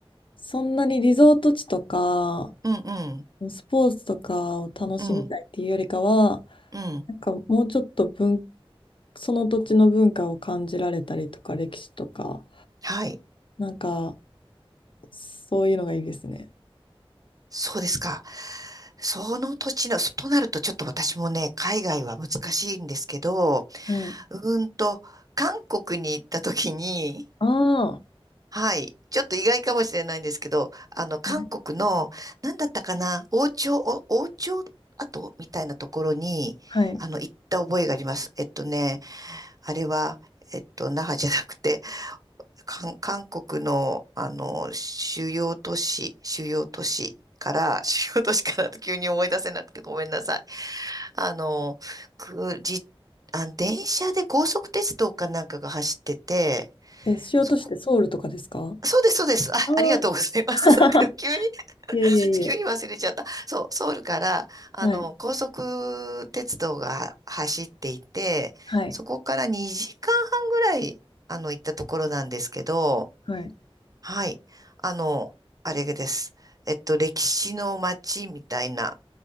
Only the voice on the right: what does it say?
うんうん。
うんうん。
はい。
そうですか。その土地の、そとなるとちょっと私もね、海外は難しいんですけど、
うーんと、韓国に行った時に、
はい、ちょっと意外かもしれないんですけど、あの、韓国の、
なんだったかな、王朝、お王朝跡みたいなところに、
あの、行った覚えがあります。えっとね、あれは、えっと、那覇じゃなくて、韓韓国の、あの、主要都市、主要都市から、<laughs> 主要都市からと急に思い出せなくてごめんなさい。あの、く、じ、あ、電車で高速鉄道かなんかが走ってて、
そこ、そうです、そうです。あ、
ありがとうございます。
<laughs> なんか急に、
急に忘れちゃった。そう、ソウルから、あの、
高速鉄道が走っていて、
そこから2時間半ぐらい、あの、行ったところなんですけど、
はい。あの、あれです。えっと、歴史の街みたいな、